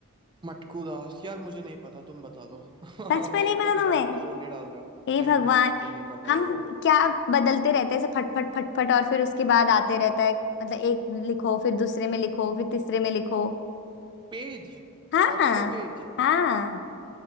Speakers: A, on the right; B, on the left.
A: मटकू दास यार मुझे नहीं पता तुम बता दो <laughs>
B: सच
A: मैं
B: में नहीं
A: इतना
B: पता
A: दिमाग
B: तुम्हें
A: पे जोर नहीं डाल रहा
B: हे भगवान
A: नहीं मुझे नहीं पता
B: हम
A: ये
B: क्या बदलते रहते हैं ऐसे फट फट फट फट और फिर उसके बाद आते रहता है मतलब एक लिखो फिर दूसरे में लिखो फिर तीसरे में लिखो
A: पेज
B: हाँ
A: कॉपी का पेज
B: हाँ